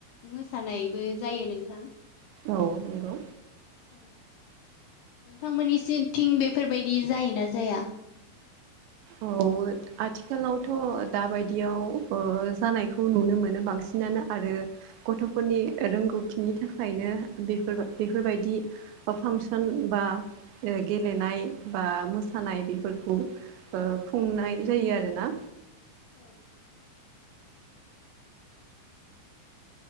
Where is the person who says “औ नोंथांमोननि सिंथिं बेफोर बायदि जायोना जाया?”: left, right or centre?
Left